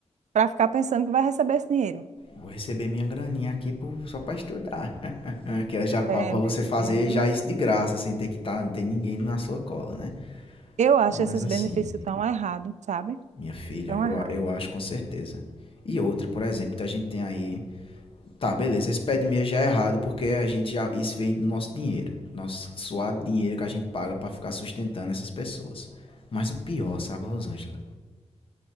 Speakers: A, on the right (about 85°); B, on the left (about 50°).
A: para ficar pensando que vai receber esse dinheiro.
B: vou receber minha graninha aqui pro- só pra estudar. <laughs> que era já pra,
A: É,
B: pra
A: meu
B: você fazer
A: Deus.
B: já
A: do
B: isso de graça, sem ter que tá, não ter ninguém na sua cola, né?
A: Eu acho
B: Mas
A: esses
B: assim,
A: benefícios tão errado, sabe?
B: minha filha,
A: Tão
B: eu,
A: errado.
B: a- eu acho com certeza. E outra, por exemplo, a gente tem aí Tá, beleza. Esse pé de meia já é errado, porque a gente já. Isso vem do nosso dinheiro. Nosso suado dinheiro que a gente paga pra ficar sustentando essas pessoas. Mas o pior, sabe, Rosângela?